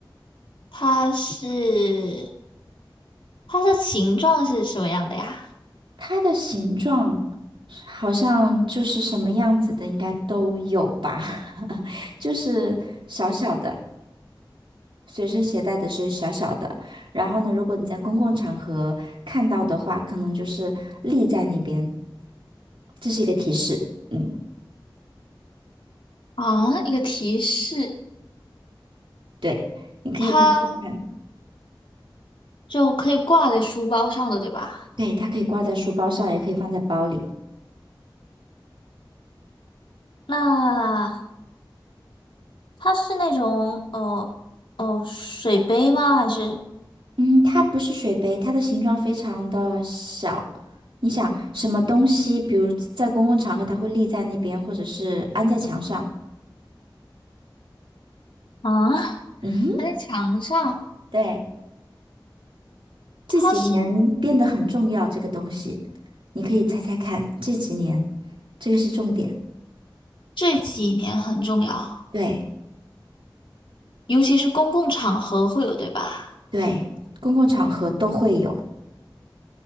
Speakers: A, on the left; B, on the right.
A: 它是它的形状是什么样的呀？
B: 它的形状好像就是什么样子的，应该都有吧。<laughs> 就是小小的，随身携带的是小小的。然后呢，如果你在公共场合看到的话，可能就是立在那边，这是一个提示。嗯，
A: 啊，一个提示，
B: 对，你可以听听看。
A: 它就可以挂在书包上的，对吧？
B: 对，它可以挂在书包上，也可以放在包里。
A: 那它是那种呃呃水杯吗？还是
B: 嗯，它不是水杯，它的形状非常的小。你想什么东西，比如在公共场合，它会立在那边，或者是安在墙上。
A: 啊？
B: 嗯哼
A: 它在墙上，
B: 对。这几年变得很重要，
A: 它是
B: 这个东西，你可以猜猜看，这几年，这个是重点。
A: 这几年很重要。
B: 对
A: 尤其是公共场合会有，对吧？
B: 对，公共场合都会有。